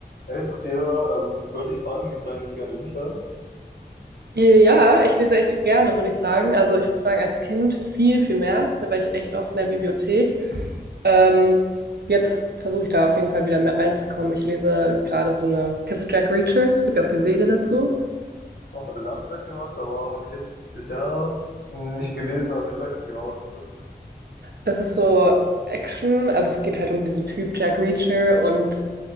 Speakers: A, on the left; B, on the right.
A: Hey Sophia, ähm, ich wollte dich fragen, liest du eigentlich gerne Bücher?
B: Ja, ich lese echt gerne, würde ich sagen. Also ich würde sagen, als Kind viel, viel mehr. Da war ich echt oft in der Bibliothek. Ähm, jetzt versuche ich da auf jeden Fall wieder mehr reinzukommen. Ich lese gerade so eine. Kennst du Jack Reacher? Es gibt ja auch die Serie dazu.
A: Oh, der Name sagt mir was, aber habe ich jetzt bisher nicht gelesen, also ich weiß nicht genau, was das ist.
B: Das ist so Action, also es geht halt um diesen Typ Jack Reacher und